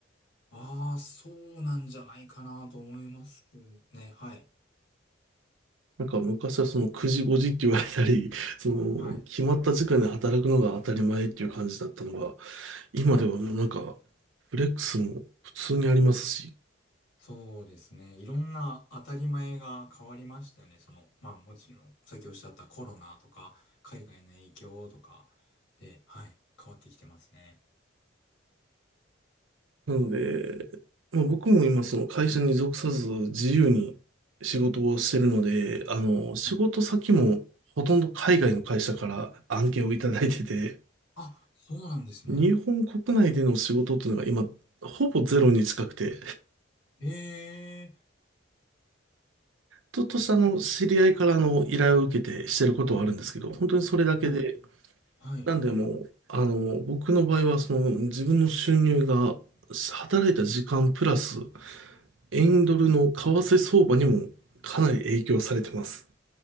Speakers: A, on the left; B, on the right.
A: ああ、そうなんじゃないかなと思いますね。はい。
B: なんか昔はその9時5時って言われたり、<laughs> その決まった時間で働くのが当たり前っていう感じだったのが、
A: はい。
B: 今ではもうなんか
A: うん。
B: フレックスも普通にありますし、
A: そうですね。いろんな当たり前が変わりましたよね。その、まあもちろん、さっきおっしゃったコロナとか、海外の影響とかで、はい、変わってきてますね。
B: なので、まあ、僕も今その会社に属さず自由に仕事をしてるので、あの、仕事先もほとんど海外の会社から案件をいただいてて、
A: はい。あ、そうなんですね。
B: 日本国内での仕事っていうのが今、ほぼゼロに近くて、
A: ええ、
B: ちょっとしたあの、知り合いからあの、依頼を受けてしてることはあるんですけど、本当にそれだけで、
A: はい。はい。
B: なんでもう、あの、僕の場合はその、自分の収入が働いた時間プラス、円ドルの為替相場にもかなり影響されてます。